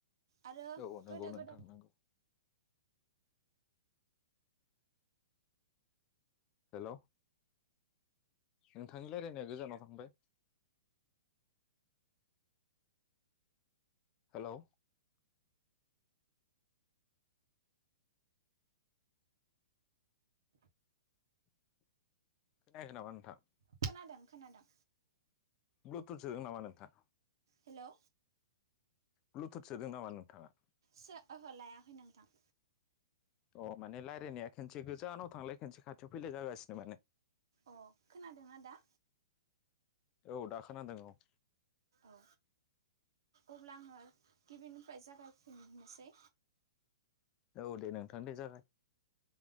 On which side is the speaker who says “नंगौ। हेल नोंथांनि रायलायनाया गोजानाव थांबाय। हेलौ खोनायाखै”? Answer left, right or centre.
Left